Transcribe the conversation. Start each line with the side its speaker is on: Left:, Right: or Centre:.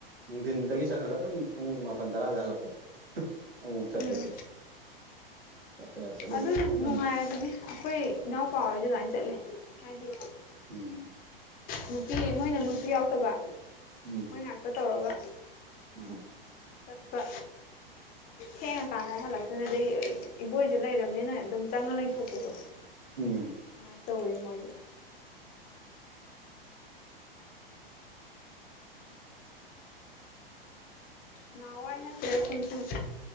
Right: ꯅꯨꯡꯊꯤꯟꯗꯒꯤ ꯆꯠꯈ꯭ꯔꯒ ꯑꯗꯨꯝ ꯄꯨꯡ ꯃꯥꯄꯜ ꯇꯔꯥꯗ ꯍꯜꯂꯛꯄꯗꯣ ꯑꯃꯨꯛ ꯃꯨꯛ ꯆꯠꯄꯗ
Left: ꯎꯝ
Right: ꯆꯠꯄ ꯌꯥ ꯆꯠꯂꯨꯔꯒ
Left: ꯑꯗꯨ
Right: ꯂꯝ
Left: ꯅꯨꯡꯉꯥꯏꯔꯕꯅꯦ ꯑꯩꯈꯣꯏ ꯏꯅꯥꯎꯄꯥ ꯍꯣꯏꯁꯨ ꯑꯗꯨꯃꯥꯏꯅ ꯆꯠꯂꯦ ꯍꯥꯏꯗꯤ
Right: ꯑꯝ
Left: ꯅꯨꯄꯤ ꯃꯣꯏꯅ ꯅꯨꯄꯤ ꯌꯥꯎꯗꯕ
Right: ꯎꯝ
Left: ꯃꯣꯏ ꯉꯥꯛꯇ ꯇꯧꯔꯒ
Right: ꯎꯝ
Left: ꯆꯠꯄ ꯊꯦꯡꯉꯀꯥꯟꯗ ꯍꯜꯂꯛꯇꯣꯏꯅꯦ ꯑꯗꯩ ꯏꯕꯣꯏꯁꯨ ꯂꯩꯔꯕꯅꯤꯅ ꯑꯗꯨꯝ ꯆꯪꯉ ꯂꯩꯊꯣꯛꯄꯗꯣ
Right: ꯎꯝ
Left: ꯑꯃꯥꯏꯅ ꯇꯧꯋꯦ ꯃꯣꯏꯖꯨ ꯅꯍꯋꯥꯏ ꯅꯠꯇ꯭ꯔꯦ ꯁꯨꯝ ꯁꯨꯝ